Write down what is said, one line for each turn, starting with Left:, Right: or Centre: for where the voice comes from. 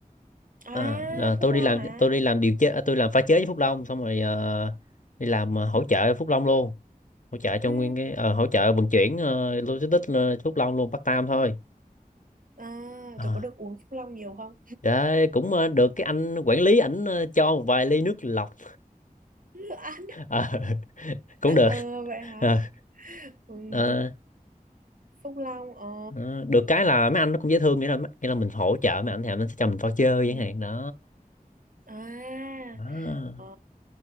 Right: À,
Left: à, à,
Right: Phúc
Left: tôi đi
Right: Long
Left: làm
Right: hả?
Left: tôi đi làm điều chế à, tôi làm pha chế với Phúc Long xong rồi ờ, đi làm ờ, hỗ trợ Phúc Long luôn hỗ trợ cho
Right: Ừ.
Left: nguyên cái ờ, hỗ trợ vận chuyển ờ, logistics ờ, Phúc Long luôn Bắc Tam thôi
Right: À,
Left: à,
Right: tôi có được uống Phúc Long nhiều không?
Left: đấy cũng ờ, được cái anh quản lý ảnh ờ, cho một vài ly nước lọc
Right: <laughs> Ăn.
Left: Ờ, <laughs> cũng được
Right: Ờ, vậy hả?
Left: Ờ,
Right: Ừ,
Left: ờ,
Right: tôi Phúc Long. Ờ.
Left: ờ, được cái là mấy anh nó cũng dễ thương nghĩa là nghĩa là mình hỗ trợ mấy anh thì nó sẽ cho mình voucher
Right: Ừ.
Left: chẳng hạn đó
Right: À.
Left: đó
Right: Ờ.